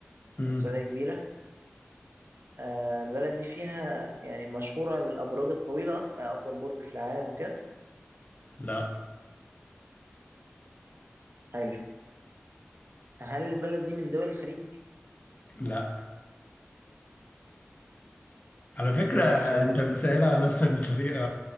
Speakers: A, on the left; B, on the right.
A: مم.
B: السعودية كبيرة آه البلد دي فيها يعني مشهورة بالأبراج الطويلة آه أطول برج في العالم وكده
A: لا
B: حلو هل البلد دي من دول الخليج؟
A: لا
B: مش
A: على فكرة
B: من دول الخليج
A: أنت بتسأل على نفسك بطريقة